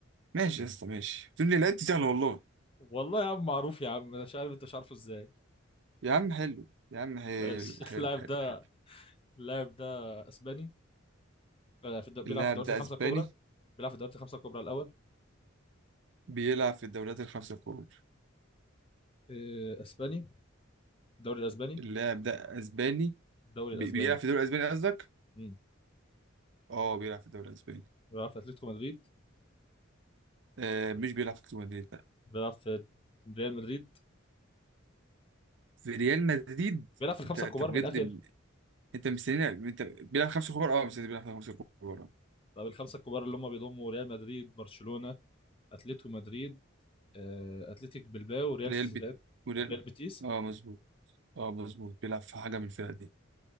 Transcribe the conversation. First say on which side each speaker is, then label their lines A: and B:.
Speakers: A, on the right; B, on the left.
A: ماشي يا اسطى ماشي تقول لي لعبت سهله والله
B: والله يا عم معروف يا عم أنا مش عارف انت مش عارفه ازاي
A: يا عم حلو يا عم حلو
B: بس <laughs>
A: حلو
B: اللاعب
A: حلو
B: ده
A: حلو
B: اللاعب ده اسباني آه، في الد- بيلعب
A: اللاعب
B: في الدوريات
A: ده
B: الخمسه
A: اسباني
B: الكبرى بيلعب في الدوريات الخمسه الكبرى الاول
A: بيلعب في الدوريات الخمسه الكبرى
B: آه، اسباني الدوري الاسباني
A: اللاعب ده اسباني
B: الدوري
A: بي-
B: الاسباني
A: بيلعب في الدوري الاسباني قصدك
B: امم
A: اه بيلعب في الدوري الاسباني
B: بيلعب في اتلتيكو مدريد
A: آه مش بيلعب في ريال مدريد لا
B: بيلعب في ريال مدريد
A: في ريال مدريد
B: بيلعب في الخمسه
A: انت انت
B: الكبار
A: بجد
B: من الاخر
A: انت مستني انت بيلعب خمسة كبار اه مستني بيلعب خمسة كبار اه
B: طب الخمسه الكبار اللي هم بيضموا ريال مدريد برشلونه اتلتيكو مدريد آه، اتلتيك بلباو ريال
A: ريال
B: سوسيداد
A: بيت وريال
B: ريال بيتيس
A: اه مظبوط اه مظبوط بيلعب في حاجة من الفرق دي